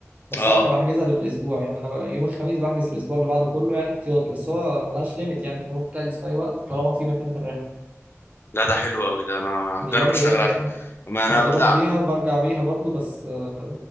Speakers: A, on the right; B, on the left.
A: بس
B: اه
A: اه انا بحجزها بالاسبوع يعني انا ب- يوم الخميس بحجز الاسبوع اللي بعده كله يعني احتياطي بس هو ملهاش ليميت يعني انت ممكن تحجز في اي وقت طالما في مكان في الرحلة
B: لا ده حلو قوي ده انا
A: دي
B: هجرب
A: جامدة
B: اشتغل
A: جدا
B: عليه
A: اه
B: ما انا
A: انا بروح
B: لا
A: بيها وبرجع بيها برضو بس آه،